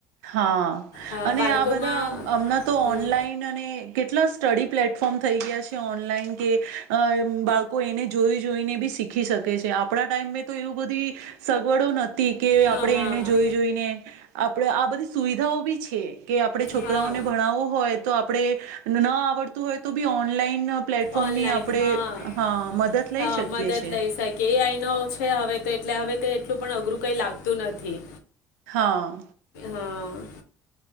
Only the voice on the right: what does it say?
હા,
અને
આ બધા અમાણાં તો
ઓનલાઈન અને કેટલા સ્ટડી પ્લેટફોર્મ થઈ ગયા છે ઓનલાઈન કે, અહ બાળકો એને જોઈ જોઈને બી શીખી શકે છે આપડા ટાઈમમે તો એવું બધી, સગવડો ન થી કે
આપડે
એને જોઈ જોઈને તો એ આ બધી સુવિધાઓ બી છે. કે આપડે છોકરાઓને
ભણાવવું હોય તો આપ આપડે ના આવડતું હોય તો બી ઓનલાઈન પ્લેટફોર્મની
આપણે
હા મદદ લઈ
શકીએ
છીએ
હા.